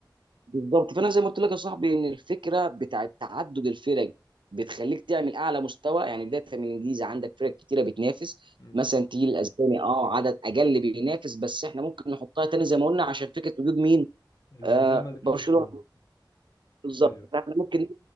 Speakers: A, on the right; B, on the left.
A: بالظبط فانا زي ما قلت لك يا صاحبي ان الفكره بتاعت تعدد الفرق بتخليك تعمل اعلى مستوى يعني بدايه من الانجليزي عندك فرق كتيره بتنافس
B: مم.
A: مثلا تيجي الاسباني اه عدد اقل بينافس بس احنا ممكن نحطها تاني زي ما قلنا عشان فكره وجود مين
B: الريال
A: آه
B: مدريد
A: برشلونه
B: وبرشلونة
A: بالظبط
B: ايوه
A: فاحنا ممكن